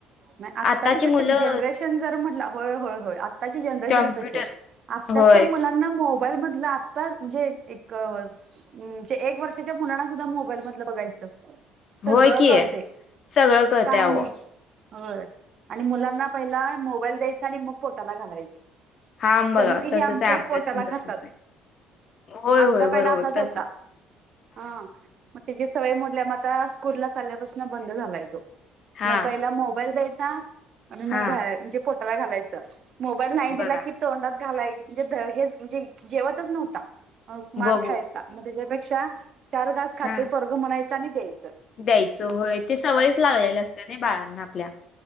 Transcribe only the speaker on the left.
आताची मुलं
कॉम्प्युटर
होय
होय की
सगळं कळतंय
अहो.
हा बघा
तसंच
आहे आमच्यात
पण तसंच
आहे होय
होय
बरोबर
तस
हा
हा
बघा
बघू
हा
द्यायचं होय ते सवयच लागलेलं असत नाही बाळांना आपल्या